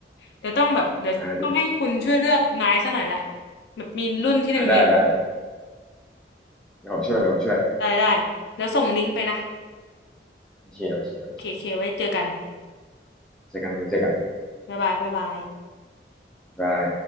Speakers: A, on the left (about 75°); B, in the centre.
A: เดี๋ยวต้องแบบเดี๋ยวต้องให้คุณช่วยเลือกไม้ซะหน่อยละ
B: อ่า
A: แบบมีรุ่นที่หนึ่งหนึ่ง
B: อ่าได้ได้ได้เดี๋ยวผมช่วยเดี๋ยวผมช่วย
A: ได้ได้เดี๋ยวส่งลิงก์ไปนะ
B: โอเคโอเคโอเค
A: โอเคโอเคไว้เจอกัน
B: เจอกันเจอกัน
A: บ๊ายบายบ๊ายบาย
B: บาย